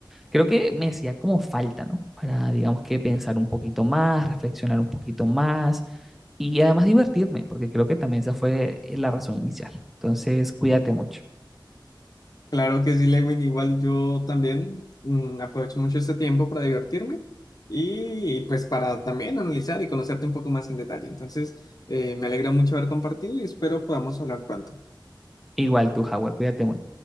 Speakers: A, in the centre; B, on the left.
A: creo que me hacía como falta, ¿no? Para, digamos que pensar un poquito más, reflexionar un poquito más y además divertirme, porque creo que también esa fue la razón inicial. Entonces, cuídate mucho.
B: Claro que sí, Lewin. Igual yo también mm, aprovecho mucho este tiempo para divertirme y pues para también analizar y conocerte un poco más en detalle. Entonces, eh, me alegra mucho haber compartido y espero podamos hablar pronto.
A: Igual tú, Howard, cuídate mucho.